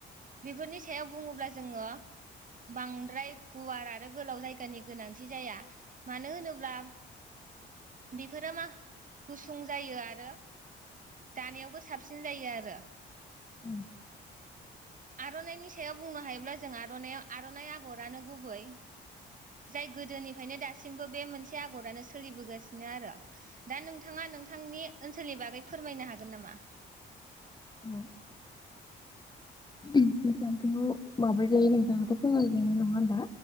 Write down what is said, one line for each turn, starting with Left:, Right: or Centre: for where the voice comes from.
Right: बेफोरनि सायाव बुङोब्ला जोङो बांद्राय गुवार आरो गोलाव जायगानि गोनांथि जाया मानो होनोब्ला बेफोरो मा गुसुं जायो आरो दानायावबो साबसिन जायो आरो।
Left: उम।
Right: आर'नाइनि सायाव बुंनो हायोब्ला जों आर'नाइयाव आर'नाइ आगरानो गुबै जाय गोदोनिफ्रायनो दासिमबो बे मोनसे आगरानो सोलिबोगासि नो आरो। दा नोंथाङा नोंथांनि ओनस सोलनि बागै फोरमायनो हागोन नामा?
Left: औ <unintelligible> हिसानखौ माबायदि दायो नोंथाङाथ' फोरमायबाइ नङा होमबा?